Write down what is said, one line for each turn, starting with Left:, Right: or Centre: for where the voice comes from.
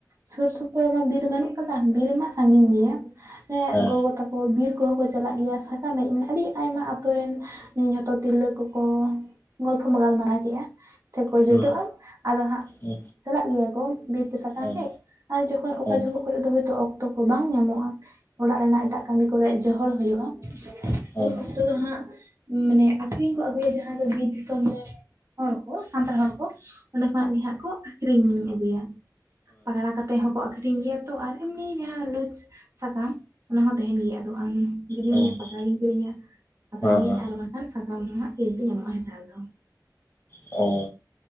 Right: ᱥᱩᱨ ᱥᱩᱯᱩᱨ ᱢᱟ ᱵᱤᱨ ᱵᱟᱹᱱᱩᱜ ᱠᱟᱫᱟ, ᱵᱤᱨ ᱢᱟ ᱥᱟᱹᱜᱤᱧ ᱜᱮᱭᱟ, ᱮᱸ
Left: ᱦᱮᱸ
Right: ᱜᱚᱜᱚ ᱛᱟᱠᱚ ᱵᱤᱨ ᱠᱚᱦᱚᱸ ᱠᱚ ᱪᱟᱞᱟᱜ ᱜᱮᱭᱟ ᱥᱟᱠᱟᱢ ᱦᱮᱡ ᱢᱟᱱᱮ ᱟᱹᱰᱤ ᱟᱭᱢᱟ ᱟᱹᱛᱳ ᱨᱮᱱ ᱡᱷᱚᱛᱚ ᱛᱤᱨᱞᱟᱹ ᱠᱚᱠᱚ ᱜᱚᱞᱯᱷᱚ ᱵᱟ ᱜᱟᱞᱢᱟᱨᱟᱣ ᱠᱮᱜᱼᱟ ᱥᱮᱠᱚ ᱡᱩᱴᱚᱜᱼᱟ
Left: ᱦᱩᱸ
Right: ᱟᱫᱚ ᱦᱟᱸᱜ
Left: ᱦᱩᱸ
Right: ᱪᱟᱞᱟᱜ ᱜᱮᱭᱟ ᱠᱚ᱾ ᱵᱤᱨ ᱛᱮ ᱥᱟᱠᱟᱢ
Left: ᱟᱪᱪᱷᱟ
Right: ᱦᱮᱡ ᱟᱨ ᱡᱚᱠᱷᱚᱱ ᱚᱠᱟ
Left: ᱟᱪᱪᱷᱟ ᱦᱮᱸ
Right: ᱡᱚᱦᱚᱜ ᱠᱚᱨᱮᱜ ᱫᱚ ᱦᱚᱭᱛᱳ ᱚᱠᱛᱚ ᱠᱚ ᱵᱟᱝ ᱧᱟᱢᱚᱜᱼᱟ᱾ ᱚᱲᱟᱜ ᱨᱮᱱᱟᱜ ᱮᱴᱟᱜ ᱠᱟᱹᱢᱤ ᱠᱚᱨᱮᱜ ᱡᱚᱦᱚᱲ ᱦᱩᱭᱩᱜ-ᱟ
Left: ᱦᱮᱸ
Right: ᱩᱱ
Left: ᱦᱮᱸ
Right: ᱚᱠᱛᱚ ᱫᱚ ᱦᱟᱸᱜ ᱢᱟᱱᱮ ᱟᱠᱷᱨᱤᱧ ᱠᱚ ᱟᱹᱜᱩᱭᱟ ᱡᱟᱦᱟᱸ ᱫᱚ ᱵᱤᱨ ᱫᱤᱥᱚᱢ ᱨᱮᱱ ᱦᱚᱲ ᱠᱚ ᱥᱟᱱᱛᱟᱲ ᱦᱚᱲ ᱠᱚ᱾ ᱚᱸᱰᱮ ᱠᱷᱚᱱᱟᱜ ᱜᱮ ᱦᱟᱸᱜ ᱠᱚ ᱟᱹᱠᱷᱨᱤᱧ ᱟᱹᱜᱩᱭᱟ᱾ ᱯᱟᱛᱲᱟ ᱠᱟᱛᱮᱫ ᱦᱚᱸᱠᱚ ᱟᱠᱷᱨᱤᱧ ᱜᱮᱭᱟ ᱛᱚ ᱟᱨ ᱮᱢᱱᱤ ᱡᱟᱦᱟᱸ ᱞᱩᱡᱽ- ᱥᱟᱠᱟᱢ ᱚᱱᱟ ᱦᱚᱸᱛᱟᱦᱮᱦᱱ ᱜᱮᱭᱟ ᱟᱫᱚ ᱟᱢ ᱜᱤᱫᱤᱧ
Left: ᱦᱮᱸ
Right: ᱞᱟᱹᱭᱟ ᱯᱟᱛᱲᱟ ᱜᱤᱧ ᱠᱤᱨᱤᱧᱟ ᱯᱟᱛᱲᱟ ᱜᱮ
Left: ᱦᱮᱸ
Right: ᱟᱨ ᱵᱟᱝᱠᱷᱟᱱ ᱥᱟᱠᱟᱢ ᱦᱮᱡ ᱨᱮᱱᱟᱜ ᱠᱷᱮᱹᱞᱛᱮ ᱧᱟᱢᱚᱜ-ᱟ ᱱᱮᱛᱟᱨ ᱫᱚ᱾
Left: ᱚ᱾